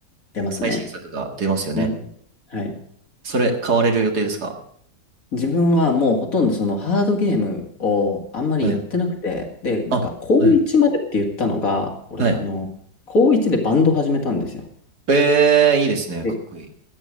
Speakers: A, on the left; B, on the right.
A: 出ますね。
B: 最新作が出ますよね。
A: うん。はい。
B: それ買われる予定ですか
A: 自分はもうほとんどそのハードゲームをあんまりやってなくて、
B: はい。
A: で、なんか高1までって言ったのが、
B: あ、はい。
A: 俺、
B: はい。
A: あの、高1でバンド始めたんですよ。
B: ええー、いいですね。
A: で
B: かっこいい。